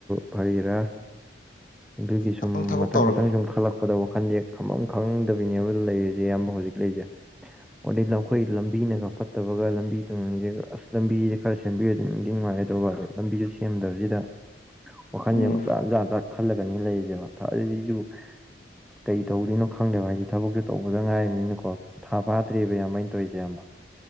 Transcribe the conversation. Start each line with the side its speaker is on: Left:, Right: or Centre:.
Centre: ꯐꯔꯤꯔꯥ ꯑꯗꯨꯒꯤ ꯁꯨꯝ
Left: ꯅꯪ ꯊꯕꯛ
Centre: ꯃꯊꯪ
Left: ꯇꯧꯔ
Centre: ꯃꯊꯪ ꯁꯨꯝ ꯈꯜꯂꯛꯀꯗꯕ ꯋꯥꯈꯜ ꯌꯦꯦꯛ ꯈꯝꯐꯝ ꯈꯪꯗꯕꯤꯅꯦꯕ ꯂꯩꯔꯤꯁꯦ ꯏꯌꯥꯝꯕ ꯍꯧꯖꯤꯛ ꯂꯩꯁꯦ ꯑꯗꯩ ꯑꯩꯈꯣꯏ ꯂꯝꯕꯤꯅꯒ ꯐꯠꯇꯕꯒ ꯂꯝꯕꯤ ꯊꯣꯡꯁꯦ ꯑꯁ ꯂꯝꯕꯤꯁꯦ ꯈꯔ ꯁꯦꯝꯕꯤꯔꯗꯤꯅꯨꯡꯗꯤ ꯅꯨꯡꯉꯥꯏ ꯇꯧꯕ ꯑꯗꯣ ꯂꯝꯕꯤꯗꯨ ꯁꯦꯝꯗꯕꯁꯤꯗ ꯋꯥꯈꯜꯁꯦ
Left: ꯎꯝ
Centre: ꯃꯆꯥꯖ ꯆꯥꯛ ꯈꯜꯂꯒꯅꯤ ꯂꯩꯔꯤꯁꯦꯕ ꯑꯗꯨꯗꯤꯁꯨ ꯀꯩ ꯇꯧꯔꯤꯅꯣ ꯈꯪꯗꯦꯕ ꯍꯥꯏꯁꯦ ꯊꯕꯛꯇꯨ ꯇꯧꯕꯗ ꯉꯥꯏꯃꯤꯅꯀꯣ ꯊꯥ ꯐꯥꯗ꯭ꯦꯔꯤꯕꯕ ꯏꯌꯥꯝꯃꯥꯏꯩꯅ ꯇꯧꯔꯤꯁꯦ ꯑꯕ